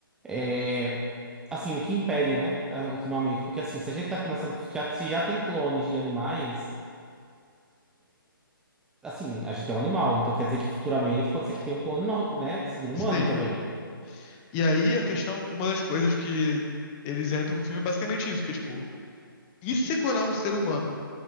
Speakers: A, in the centre; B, on the left (about 15°).
A: é, assim, o que impede, né, ah, ultimamente, porque assim, se a gente tá começando, já, se já tem clones de animais, Assim, a gente é um animal, então quer dizer que futuramente pode ser que tenha um clone, no- né? Ser humano
B: Sim.
A: também.
B: E aí a questão, uma das coisas que eles entram no filme é basicamente isso, que é tipo, e se você clonar um ser humano?